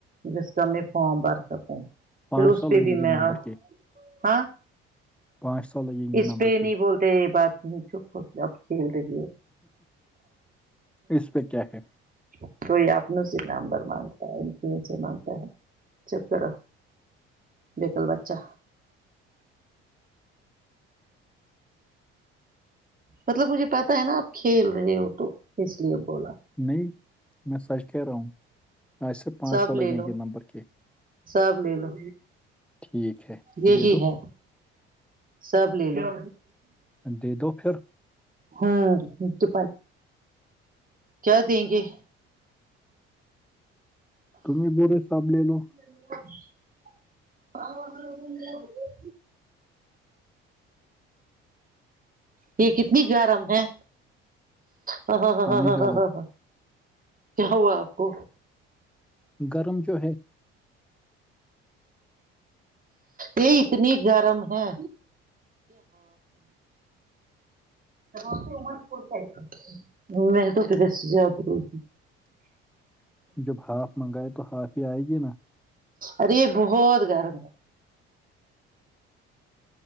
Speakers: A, on the right (about 30°); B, in the centre.
A: جس کا میں فارم بھر سکوں
B: پانچ
A: پھر اس
B: سو
A: پہ
B: لگیں
A: بھی
B: گے
A: میں
B: نمبر
A: آ
B: کے
A: ہاں
B: پانچ سو لگیں گے
A: اس
B: نمبر
A: پہ
B: کے
A: نہیں بولتے یہ بات کھیل رہی ہوں
B: اس پہ کیا ہے
A: کوئی اپنوں سے نمبر مانگتا ہے ان سے مانگتا ہے چک کرو بییکل بچہ مطلب مجھے پتا ہے نا آپ کھیل رہے ہو تو اس لیے بولا
B: نہیں میں سچ کہہ رہا ہوں آج سے پانچ
A: سب
B: سو
A: لے
B: لگیں
A: لو
B: گے نمبر کے
A: سب لے لو
B: ٹھیک ہے
A: یہی
B: دے دو
A: ہے سب لے لو
B: دے دو پھر
A: ہوں تو کیا دیں گے
B: تم نے بولا سب لے لو
A: <unintelligible> یہ کتنی گرم ہے ہ ہاں ہ
B: پانی
A: ہ ہ
B: ڈالو
A: ہ ہاں ہاں کیا ہوا آپ کو
B: گرم جو ہے <inaudible>
A: یہ اتنی گرم ہے <unintelligible> میں تو صبح سے جاگ رہی تھی
B: جب ہاف منگائے تو ہاف ہی آئے گی نا
A: ارے بہت گرم ہے